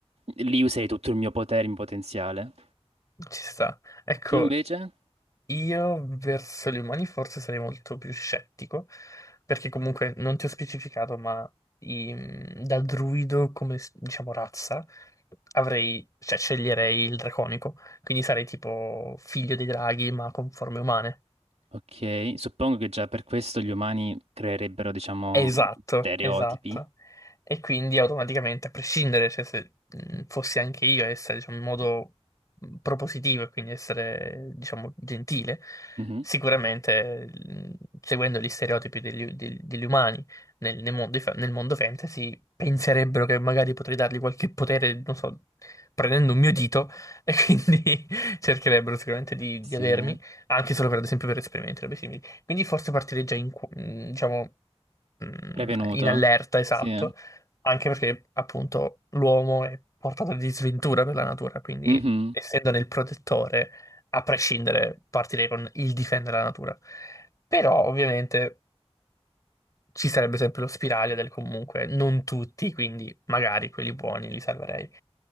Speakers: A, on the right; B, on the left.
A: lì userei tutto il mio potere in potenziale.
B: Ci sta. Ecco,
A: Tu invece?
B: Io verso gli umani forse sarei molto più scettico, perché comunque non ti ho specificato, ma i- mm, da druido come diciamo razza avrei, cioè sceglierei il draconico, quindi sarei tipo figlio dei draghi ma con forme umane.
A: Ok, suppongo che già per questo gli umani creerebbero, diciamo,
B: Esatto,
A: stereotipi.
B: esatto. E quindi automaticamente, a prescindere, cioè, se mh, fossi anche io a essere, diciamo, in modo mh, propositivo e quindi essere, diciamo, gentile,
A: Mhm.
B: sicuramente, mh, seguendo gli stereotipi degli, degli- degli umani nel, nel mondo, fa- nel mondo fantasy, penserebbero che magari potrei dargli qualche potere, non so, prendendo un mio dito, e quindi <laughs> cercherebbero sicuramente di,
A: Sì,
B: di avermi,
A: eh.
B: anche solo per, ad esempio, per esperimenti robe simili. Quindi forse partirei già in, cu- mh, diciamo mh,
A: prevenuto.
B: in allerta, esatto,
A: Sì. eh.
B: anche perché appunto l'uomo è portato di sventura per la natura, quindi
A: Mhm.
B: essendo nel protettore, a prescindere, partirei con il difendere la natura. Però ovviamente ci sarebbe sempre lo spiraglio del comunque, non tutti, quindi magari quelli buoni li salverei.